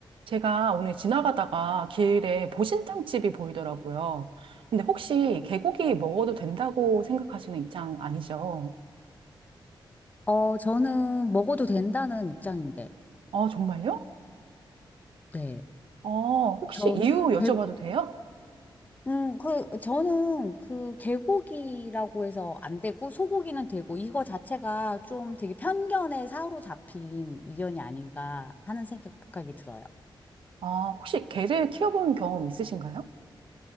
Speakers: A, on the right; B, on the left.
A: 제가 오늘 지나가다가 길에 보신탕집이 보이더라고요. 근데 혹시 개고기 먹어도 된다고 생각하시는 입장 아니죠?
B: 어, 저는 먹어도 된다는 입장인데,
A: 아, 정말요?
B: 네.
A: 아, 혹시
B: 저는,
A: 이유 여쭤봐도
B: 개,
A: 돼요?
B: 음, 그, 저는 그 개고기라고 해서 안 되고, 소고기는 되고, 이거 자체가 좀 되게 편견에 사로잡힌 의견이 아닌가 하는 생각이 들어요.
A: 아, 혹시 개를 키워본 경험 있으신가요?